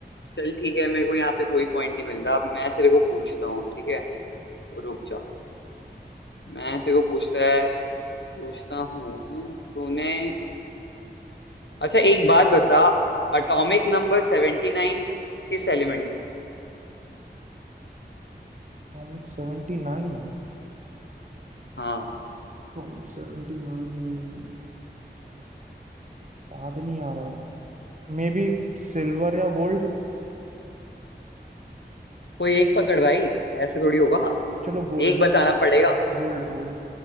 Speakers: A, on the left; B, on the right.
A: चल ठीक है मेरे को यहाँ पे कोई पॉइंट नहीं मिल रहा अब मैं तेरे को पूछता हूँ ठीक है रुक जा मैं तेरे को पूछता है पूछता हूँ तूने अच्छा एक बात बता अटोमिक नंबर सेवेंटी नाइन किस एलिमेंट का है
B: Topic seventy nine
A: हाँ
B: टॉमिक 79 याद नहीं आ रहा मे बी सिल्वर या गोल्ड
A: कोई एक पकड़ भाई ऐसे थोड़ी होगा
B: चलो गोल्ड
A: एक बताना पड़ेगा
B: Gold gold